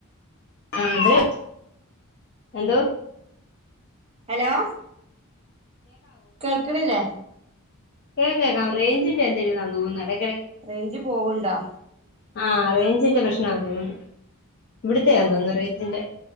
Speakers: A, on the left (about 50°); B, on the right (about 25°).
A: ആ അതെ എന്തോ
B: ഹലോ കേൾക്കണില്ലേ
A: കേകേക്കാം റേഞ്ചിന്റെ എന്തേലും ഇതാന്ന് തോന്നുന്നു എട
B: റേഞ്ച് പോകുണ്ടോ
A: ആ റെയ്ഞ്ചിന്റെ പ്രശ്നാന്ന് തോന്നുന്നു. ഇവിടത്തെയാന്ന് തോനുന്നു റെ എന്റെ